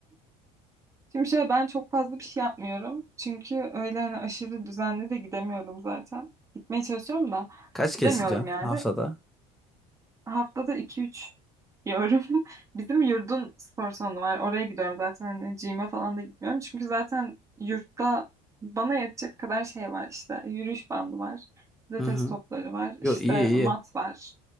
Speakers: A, on the right; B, in the centre.
A: Şimdi şöyle ben çok fazla bir şey yapmıyorum. Çünkü öyle hani aşırı düzenli de gidemiyorum zaten. Gitmeye çalışıyorum da
B: Kaç
A: gidemiyorum
B: kez gideceksin
A: yani.
B: haftada?
A: Haftada iki üç diyorum. <laughs> Bizim yurdun spor salonu var. Oraya gidiyorum zaten. Hani gym'e falan da gitmiyorum. Çünkü zaten yurtta bana yetecek kadar şey var işte. Yürüyüş bandı var. Pilates
B: Hı hı.
A: topları var.
B: Yo
A: işte
B: iyi iyi.
A: mat var.